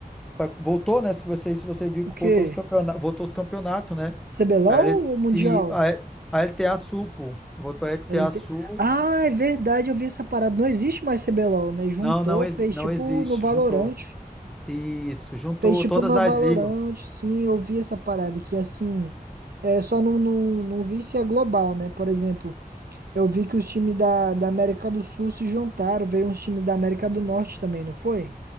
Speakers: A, in the centre; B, on the right (about 80°).
A: vai- Voltou, né? Se você, se você viu
B: O
A: que
B: quê?
A: voltou os campeonatos, voltou os campeonatos, né?
B: CBLOL
A: A L-
B: ou Mundial?
A: e a, L- a LTA Sul, pô. Voltou a LTA
B: LT...
A: Sul.
B: Ah, é verdade, eu vi essa parada. Não existe mais CBLOL, né? Juntou,
A: Não, não, ex-
B: fez
A: não
B: tipo
A: existe.
B: no Valorant.
A: Juntou. Isso, juntou
B: Fez tipo
A: todas
B: no
A: as
B: Valorant,
A: ligas.
B: sim, eu vi essa parada que assim, é, só não, não, não vi se é global, né? Por exemplo, eu vi que os times da, da América do Sul se juntaram, veio uns times da América do Norte também, não foi?